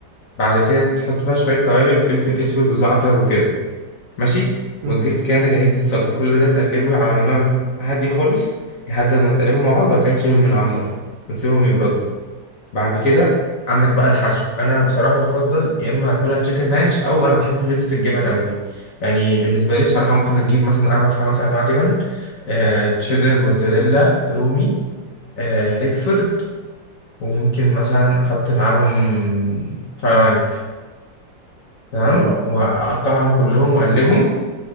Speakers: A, on the left; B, on the right.
A: بعد كده تحط بقى شويه توابل فلفل اسود وزعتر وكده ماشي
B: مم.
A: وكده انت جهزت الصلصه كل ده تقلبه على نار هاديه خالص لحد ما تقلبهم مع بعض وبعد كده تشيلهم من على النار وتسيبهم يبردوا بعد كده عندك بقى الحشو انا بصراحه بفضل يا اما اكلها تشيكن رانش او انا بحب بيتزا الجبن قوي يعني بالنسبه لي بصراحه ممكن اجيب مثلا اربع خمس انواع جبن آه، تشيدر موتزاريلا رومي آه، ريكفورد وممكن مثلا احط معاهم فلامنك تمام
B: حلو قوي
A: واقطعهم كلهم واقلبهم